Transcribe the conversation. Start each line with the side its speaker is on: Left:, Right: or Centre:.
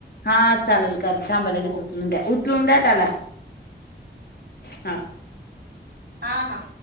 Left: हा चालेल कर थांबालागेच
Right: हो
Left: उचलून द्या उचलून
Right: ओके
Left: द्या त्याला हा
Right: हा हा